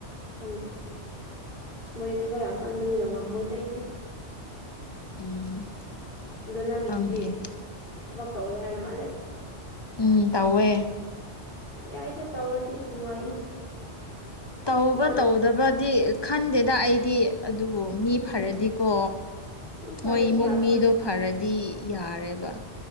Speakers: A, on the left (about 50°); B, on the left (about 25°).
A: ꯈꯪꯗꯦ ꯑꯁ ꯃꯣꯏꯗꯤ ꯊꯕꯛ ꯌꯥꯝ ꯀꯟꯕꯅꯤꯅ ꯉꯝꯃꯣꯏꯗ ꯑꯩꯗꯤ
B: ꯎꯝ
A: ꯑꯗꯣ ꯅꯪꯒꯤꯗꯨꯗꯤ
B: ꯈꯪꯗꯦ
A: ꯊꯕꯛ ꯇꯧꯋꯦ ꯍꯥꯏꯕ ꯃꯥꯜꯂꯦ
B: ꯎꯝ ꯇꯧꯋꯦ
A: ꯌꯥꯏꯗ ꯇꯧꯔꯗꯤ ꯅꯨꯡꯉꯥꯏꯅꯤꯗ
B: ꯇꯧꯕ
A: ꯃꯥꯅ
B: ꯇꯧꯗꯕꯗꯤ ꯈꯟꯗꯦꯗ ꯑꯩꯗꯤ ꯑꯗꯨꯕꯨ ꯃꯤ
A: ꯎꯝ
B: ꯐꯔꯗꯤꯀꯣ
A: ꯃꯤ ꯐꯔꯗꯤ
B: ꯃꯣꯏ ꯏꯃꯨꯡ
A: ꯌꯥꯕ
B: ꯃꯤꯗꯣ
A: ꯉꯥꯛꯇꯅꯤ
B: ꯐꯔꯗꯤ ꯌꯥꯔꯦꯕ